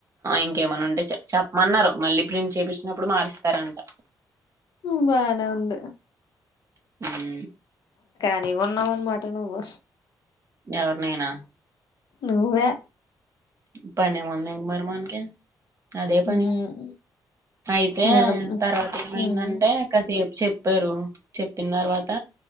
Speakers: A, on the right; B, on the left.
A: ఇంకేమన్నా ఉంటే చెప్పమన్నారు మళ్ళీ ప్రింట్ చేపించినప్పుడు మారుస్తారంట
B: ఉమ్ బానె ఉంది
A: హుమ్
B: ఫ్రీగ ఉన్నావనమాట నువ్వు
A: ఎవర్ నేనా
B: నువ్వే
A: పనే ముంది మరి మనకి అదే పని
B: ఉమ్
A: అయితే
B: నన్ను
A: తర్వాత ఏమైందంటే
B: ఉమ్
A: కాసేపు చెప్పారు చెప్పిన తర్వాత